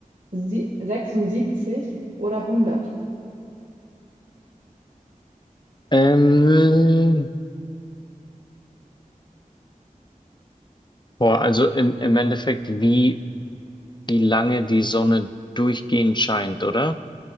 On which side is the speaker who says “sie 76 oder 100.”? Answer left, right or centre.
Right